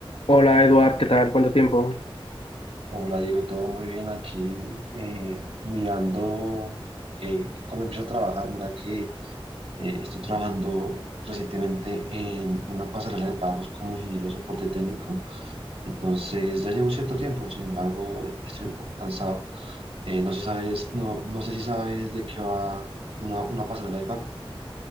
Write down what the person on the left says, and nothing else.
Hola Eduard, ¿qué tal? ¿Cuánto tiempo?